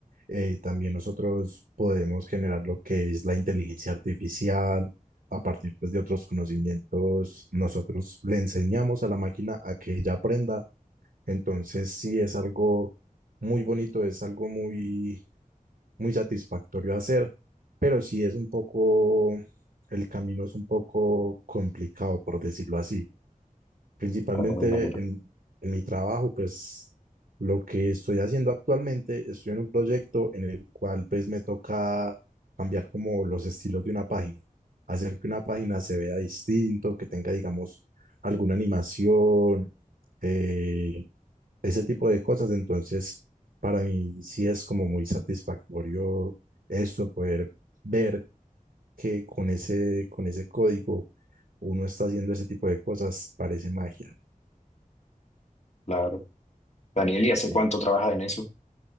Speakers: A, on the right (about 75°); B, on the left (about 50°).
A: Eh, también nosotros podemos generar lo que es la inteligencia artificial a partir pues, de otros conocimientos. Nosotros le enseñamos a la máquina a que ella aprenda. Entonces sí es algo muy bonito, es algo muy, muy satisfactorio hacer, pero sí es un poco, el camino es un poco complicado, por decirlo así. Principalmente
B: Claro, me imagino.
A: en, en mi trabajo, pues lo que estoy haciendo actualmente, estoy en un proyecto en el cual pues me toca cambiar como los estilos de una página, hacer que una página se vea distinto, que tenga, digamos, alguna animación, eh, ese tipo de cosas. Entonces, para mí sí es como muy satisfactorio esto, poder ver que con ese, con ese código uno está haciendo ese tipo de cosas, parece magia.
B: Claro. Daniel, ¿y
A: Sí,
B: hace cuánto trabajas en eso?